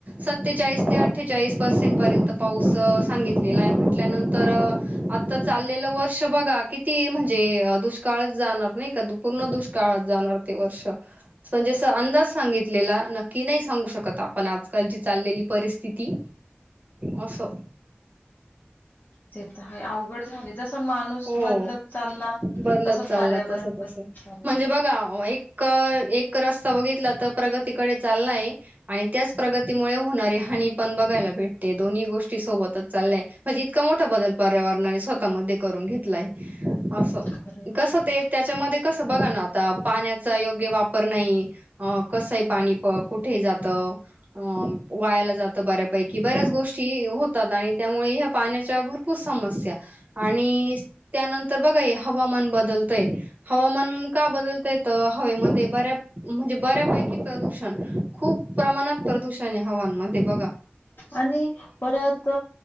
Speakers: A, on the right (about 40°); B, on the left (about 55°).
A: सत्तेचाळीस ते अठ्ठेचाळीस पर्सेंट पर्यंत पाऊस सांगितलेलाय म्हंटली त्यानंतर आता चाललेल वर्ष बघा किती म्हणजे दुष्काळ काळच जाणार नाइ का पूर्ण दुष्काळात जाणार ते वर्ष. म्हणजे अंदाज सांगितलेला, नक्की नाइ सांगू शकत आपण आजकालची चाललेली परिस्थिती. अस
B: ते तर हाय, अवघड झालंय जस माणूस
A: हो
B: बदलत चालला.
A: बदलत
B: तसं
A: चालला
B: पर्यावरण
A: तस,
B: बदलत
A: तस
B: चाललं
A: म्हणजे बघा एक्क एक रस बगितला तर प्रगतीकडे चाललाय आणि त्याच प्रगतीमुळे होणारी हानी पण बघायला भेटत दोन्ही गोष्टी सोबतच चाल्लय म्हणजे इतका मोठा बदल पर्यावरणाने स्वता मदे करून घेतलाय अस
B: खरंय
A: कस
B: खरंय.
A: ते त्याच्यामध्ये कस बगा ना आता पाण्याचा योग्य वापर नाई अ कसंए पाणी प कुठे जातं? अ वायाला जातं बऱ्यापैकी बऱ्याच गोष्टी होतात आणि त्यामुळे ह्या पाण्याच्या भर पूर समस्या आणि त्यानंतर बगाए हवामान बदलतय हवामान का बदलतय त हवेमध्ये बऱ्या म्हणजे बऱ्यापैकी प्रदूषण खूप प्रमाणात प्रदूषणये हवांनमध्ये बगा.
B: आणि परत